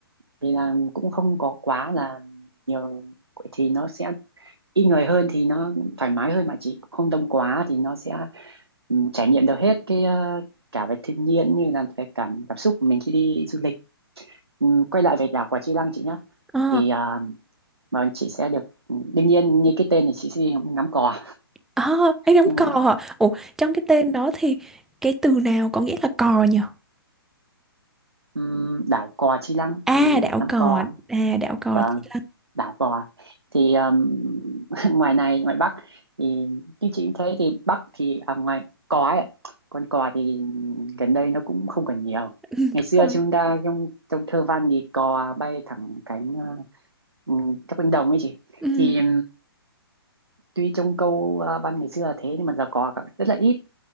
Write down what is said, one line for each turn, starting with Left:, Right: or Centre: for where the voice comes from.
Right: vì là cũng không có quá là nhiều thì nó sẽ ít người hơn thì nó thoải mái hơn mà chỉ không đông quá thì nó sẽ ừ, trải nghiệm được hết cái ờ, cả về thiên nhiên như là cái cảm cảm xúc của mình khi đi du lịch Ừm, quay lại về đảo quả Chi Lăng chị nhé
Centre: Ờ
Right: thì à, mà chị sẽ được ừ, đương nhiên như cái tên thì chị sẽ đi ngắm cò
Centre: à, em đóng
Right: nhưng
Centre: cò
Right: mà
Centre: hả? Ủa trong cái tên đó thì cái từ nào có nghĩa là cò nhỉ?
Right: ừm, đảo cò Chi Lăng
Centre: À
Right: thì
Centre: đảo
Right: ngắm
Centre: cò,
Right: cò
Centre: à đảo cò
Right: và
Centre: chỉ là
Right: đảo cò thì ừm, <laughs> ngoài này ngoài Bắc thì như chị cũng thấy thì Bắc thì à, ngoài cò ấy, con cò thì gần đây nó cũng không còn nhiều
Centre: ừ, <laughs>
Right: ngày
Centre: đúng
Right: xưa
Centre: rồi.
Right: chúng ta trong trong thơ văn thì cò bay thẳng cánh uh, các cánh đồng ấy chị
Centre: Ừ.
Right: thì tuy trông câu à, văn ngày xưa là thế nhưng mà giờ có cả- rất là ít